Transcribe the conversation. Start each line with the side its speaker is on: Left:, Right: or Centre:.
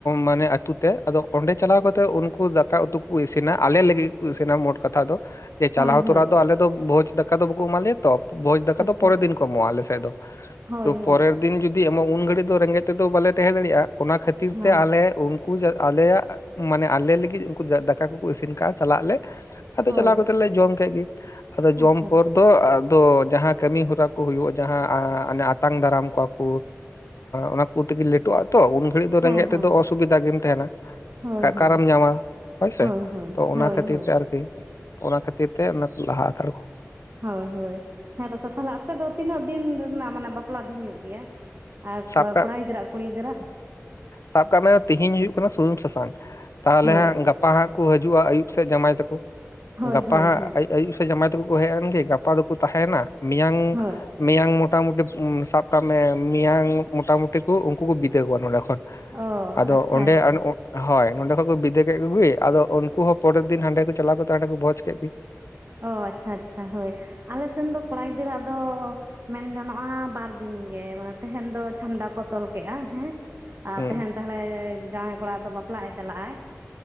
Left: ᱢᱟᱱᱮ ᱟᱛᱩ ᱛᱮ ᱟᱫᱚ ᱚᱸᱰᱮ ᱪᱟᱞᱟᱣ ᱠᱟᱛᱮᱜ ᱩᱱᱠᱩ ᱫᱟᱠᱟ ᱩᱛᱩ ᱠᱚ ᱤᱥᱤ- ᱤᱱᱟ ᱟᱞᱮ ᱞᱟᱹᱜᱤᱜ ᱠᱚ ᱤᱥᱤᱱᱟ ᱢᱳᱴ ᱠᱟᱛᱷᱟ ᱫᱚ ᱡᱮ ᱪᱟᱞᱟᱣ
Right: ᱦᱳᱭ
Left: ᱛᱚᱨᱟ
Right: ᱦᱳᱭ
Left: ᱫᱚ ᱟᱞᱮ ᱫᱚ ᱵᱷᱚᱡᱽ ᱫᱟᱠᱟ ᱫᱚ ᱵᱟᱠᱚ ᱮᱢᱟ ᱞᱮᱭᱟ ᱛᱚ᱾ ᱵᱷᱚᱡᱽ ᱫᱟᱠᱟ
Right: ᱟᱪᱪᱷᱟ
Left: ᱫᱚ ᱯᱚᱨᱮᱨ
Right: ᱟᱪᱪᱷᱟ
Left: ᱫᱤᱱ ᱠᱚ ᱮᱢᱚᱜᱼᱟ ᱟᱞᱮᱥᱮᱫ ᱫᱚ,
Right: ᱦᱳᱭ
Left: ᱛᱚ ᱯᱚᱨᱮᱨ
Right: ᱦᱳᱭ
Left: ᱫᱤᱱ ᱡᱩᱫᱤ ᱮᱢᱚᱜ ᱩᱱ ᱜᱷᱟᱹᱲᱤᱡ ᱫᱚ ᱨᱮᱸᱜᱮᱡ ᱛᱮᱫᱚ ᱵᱟᱞᱮ ᱛᱟᱦᱮᱸ ᱫᱟᱲᱮᱭᱟᱜᱼᱟ ᱚᱱᱟ ᱠᱷᱟᱹᱛᱤᱨ
Right: ᱦᱳᱭ
Left: ᱛᱮ ᱟᱞᱮ ᱩᱱ ᱩᱱᱠᱩ ᱟᱞᱮᱭᱟᱜ ᱢᱟᱱᱮ ᱟᱞᱮ ᱞᱟᱹᱜᱤᱫ ᱩᱱᱠᱩ ᱫᱟᱠᱟ ᱠᱚᱠᱚ ᱤᱥᱤᱱ ᱠᱟᱜᱼᱟ ᱪᱟᱞᱟᱜ ᱟᱞᱮ ᱟᱫᱚ
Right: ᱦᱳᱭ
Left: ᱪᱟᱞᱟᱣ ᱠᱟᱛᱮᱜ ᱞᱮ ᱡᱚᱢ ᱠᱮᱜ ᱜᱮ ᱟᱫᱚ ᱡᱚᱢ
Right: ᱟᱪᱪᱷᱟ
Left: ᱯᱚᱨ
Right: ᱟᱪᱪᱷᱟ
Left: ᱫᱚ ᱟᱫᱚ ᱡᱟᱦᱟᱸ ᱠᱟᱹᱢᱤ ᱦᱚᱨᱟ ᱠᱚ ᱦᱳᱭᱳᱜᱼᱟ ᱡᱟᱦᱟ ᱟᱛᱟᱝ ᱫᱟᱨᱟᱢ ᱠᱚᱣᱟ ᱠᱚ ᱚᱱᱟ ᱠᱚ ᱛᱮᱜᱮ ᱞᱮᱴᱚᱜᱼᱟ ᱛᱚ ᱩᱱ ᱜᱷᱲᱤᱡ ᱫᱚ
Right: ᱦᱮᱸ
Left: ᱨᱮᱸᱜᱮᱡ
Right: ᱦᱮᱸ
Left: ᱛᱮᱫᱚ ᱚᱥᱩᱵᱤᱫᱟ ᱜᱮᱢ ᱛᱟᱦᱮᱱᱟ
Right: ᱦᱳᱭ
Left: ᱟᱠᱟᱨᱮᱢ
Right: ᱦᱳᱭ
Left: ᱧᱟᱢᱟ ᱦᱳᱭᱥᱮ᱾ᱛᱚ
Right: ᱦᱳᱭ ᱦᱳᱭ
Left: ᱚᱱᱟ
Right: ᱦᱳᱭ
Left: ᱠᱷᱟᱹᱛᱤᱨ
Right: ᱦᱳᱭ
Left: ᱛᱮ ᱟᱨᱠᱤ ᱚᱱᱟ ᱠᱷᱟᱹᱛᱤᱨ ᱛᱮ ᱚᱱᱟ ᱠᱚ ᱞᱟᱦᱟ ᱦᱟᱛᱟᱲ ᱚᱜ-ᱟ᱾
Right: ᱦᱳᱭ ᱦᱳᱭ ᱦᱮᱸ ᱫᱟᱫᱟ ᱛᱟᱦᱞᱮ ᱟᱯᱮ ᱫᱚ ᱛᱤᱱᱟᱹᱜ ᱫᱤᱱ ᱨᱮᱱᱟᱜ ᱢᱟᱱᱮ ᱵᱟᱯᱞᱟ ᱫᱚ ᱦᱩᱭᱩᱜ ᱜᱮᱭᱟ? ᱟᱨ
Left: ᱥᱟᱵ ᱠᱟᱜ
Right: ᱠᱚᱲᱟ ᱜᱤᱫᱽᱨᱟᱹᱟᱜ ᱠᱩᱲᱤ ᱜᱤᱫᱽᱨᱟᱹᱟᱜ,
Left: ᱥᱟᱵ ᱠᱟᱜ ᱢᱮ ᱛᱤᱦᱤᱧ ᱦᱩᱭᱩᱜ ᱠᱟᱱᱟ ᱥᱩᱱᱩᱢ ᱥᱟᱥᱟᱝ ᱛᱟᱦᱚᱞᱮ
Right: ᱦᱳᱭ
Left: ᱦᱟᱸᱜ ᱜᱟᱯᱟ ᱦᱟᱜ ᱠᱚ ᱦᱤᱡᱩᱜᱼᱟ ᱟᱹᱭᱩᱵ ᱥᱮᱫ ᱡᱟᱢᱟᱭ ᱛᱟᱠᱚ
Right: ᱦᱳᱭ
Left: ᱜᱟᱯᱟ
Right: ᱦᱳᱭ
Left: ᱦᱟᱸᱜ
Right: ᱦᱮᱸ
Left: ᱟᱭᱩᱵ ᱥᱮ ᱡᱟᱢᱟᱭ ᱛᱮᱠᱚ ᱠᱚ ᱦᱮᱡ ᱮᱱ ᱜᱮ ᱜᱟᱯᱟ ᱫᱚᱠᱚ ᱛᱟᱸᱦᱮᱱᱟ ᱢᱮᱭᱟᱝ
Right: ᱦᱳᱭ
Left: ᱢᱮᱭᱟᱝ ᱢᱚᱴᱟ ᱢᱩᱴᱤ ᱥᱟᱵ ᱠᱟᱜ ᱢᱮ ᱢᱮᱭᱟᱝ ᱢᱚᱴᱟ ᱢᱩᱴᱤ ᱠᱚ ᱩᱱᱠᱩ ᱠᱚ ᱵᱤᱫᱟᱹᱭ ᱠᱚᱣᱟ ᱱᱚᱸᱰᱮ ᱠᱷᱚᱱ᱾
Right: ᱚ
Left: ᱟᱫᱚ
Right: ᱟᱪᱪᱷᱟ
Left: ᱚᱸᱰᱮ
Right: ᱟᱪᱪᱷᱟ
Left: ᱚᱱᱮ ᱚᱸᱜ ᱦᱳᱭ ᱱᱚᱸᱰᱮ ᱠᱷᱚᱱᱚᱡ ᱠᱚ ᱵᱤᱫᱟᱹ ᱠᱮᱫ ᱠᱚᱜᱮ ᱟᱫᱚ ᱩᱱᱠᱩ ᱦᱚᱸ ᱯᱚᱨᱮᱨ ᱫᱤᱱ ᱦᱟᱸᱰᱮ ᱠᱚ ᱪᱟᱞᱟᱣ ᱠᱟᱛᱮ ᱦᱟᱸᱰᱮ ᱠᱚ ᱵᱷᱚᱡᱡᱽ ᱠᱮᱫ ᱜᱤ᱾
Right: ᱚ ᱟᱪᱪᱷᱟ ᱟᱪᱪᱷᱟ ᱦᱳᱭ, ᱟᱞᱮ ᱥᱮᱱ ᱫᱚ ᱠᱚᱲᱟ ᱜᱤᱫᱽᱨᱟᱹ ᱟ ᱫᱚ ᱢᱮᱱ ᱜᱟᱱᱚᱜ-ᱟ ᱵᱟᱨᱫᱤᱱ ᱜᱮ, ᱢᱟᱱᱮ ᱛᱟᱦᱮᱦᱮᱱ ᱫᱚ ᱪᱷᱟᱢᱰᱟ ᱠᱚ ᱛᱚᱞ ᱠᱮᱫᱮᱜ-ᱟ ᱦᱮᱸ ᱟᱨ
Left: ᱦᱩᱸ
Right: ᱛᱮᱦᱮᱱ ᱛᱟᱦᱚᱞᱮ ᱡᱟᱶᱟᱭ ᱠᱚᱲᱟ ᱫᱚ ᱵᱟᱯᱞᱟᱜ-ᱮ ᱪᱟᱞᱟᱜ-ᱟᱭ,